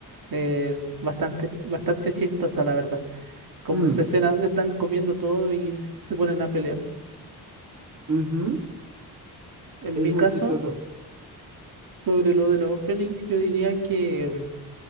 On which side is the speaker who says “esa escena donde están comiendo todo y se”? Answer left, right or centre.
Right